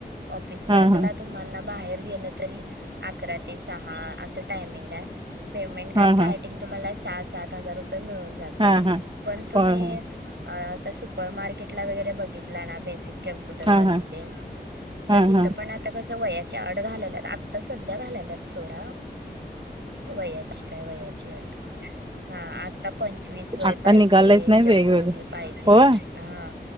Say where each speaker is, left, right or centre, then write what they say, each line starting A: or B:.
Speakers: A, on the right (about 85°); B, on the right (about 30°).
A: ऑफिस वर्कला
B: हा हा
A: तुम्हाला बाहेर गेलं तरी अकरा ते सहा अस टायमिंग आहे पेमेंट काय
B: हा
A: स्टार्टंग
B: हा
A: तुम्हाला सहा सात हजार रुपये मिळून जाते
B: हा हा
A: पण तुम्ही
B: होय होय
A: आता सुपर मार्केटला वगैरे बघितला ना बेसिक कॅम्प्युटर
B: हा
A: वरती
B: हा
A: तेन
B: हा
A: तर तिथं
B: हा
A: पण आता कस वयाची आड घालेल्यात आत्ता सध्या घालेल्यात सोडा. वयाची काय वयाची अट. होय काय. हा आता पंचवीस वय
B: आता
A: पाहिजे
B: निघालयच नाही
A: यंग
B: वेगवेगळं
A: मुली पाहिजे
B: होय
A: हा.